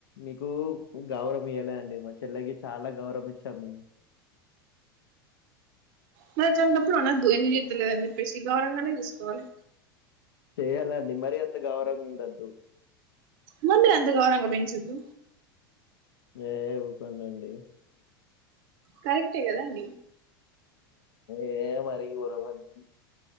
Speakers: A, on the left; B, on the right.
A: మీకు గవరం ఇవ్వలే అండి మా చెల్లకి చాలా గవరం ఇచ్చాము
B: మరి అట్లాంటప్పుడు అనద్దు ఎందుకు చేత్తలేదని చెప్పేసి గవరంగానే చూసుకోవాలి
A: చేయాలండి మరీ అంత గవరంగా ఉండద్దు
B: మరి మీరు అంతా గవరంగా పెంచద్దు
A: ఏహే ఊకోడండి
B: కరెక్టే కదండి
A: ఏ మరి <unintelligible>